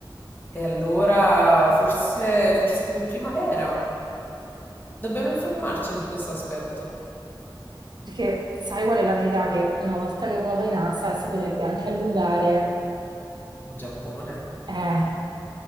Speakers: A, on the left; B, on the right.
A: E allora forse, forse è più primavera. Dobbiamo informarci su questo aspetto.
B: Perché sai qual è la verità? Che una volta che uno va in Asia si potrebbe anche allungare.
A: In Giappone?
B: Eh,